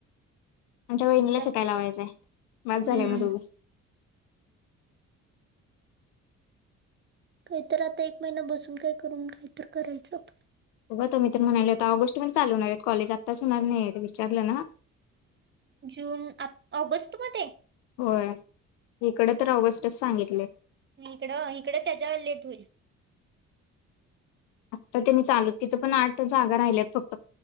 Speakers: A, on the left; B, on the right.
A: आमच्या वहिनीला
B: आमच्यात
A: शिकायला लावायचं आहे. माझं झालंय
B: हम्म
A: मग दोघी.
B: काहीतर आता एक महिना बसून काय करून काहीत करायचंत.
A: बघ तो मी तर म्हणाला होता ऑगस्ट मध्ये चालूणार कॉलेज आत्ताच होणार नाहीत विचारलं ना?
B: जून आ ऑगस्ट मध्ये?
A: होय इकडं तर ऑगस्टच सांगितलय.
B: इकडं इकडं त्याच्यावर लेट होईल.
A: आत्ता त्यांनी चालू तिथं पण आठच जागा राहिल्यात फ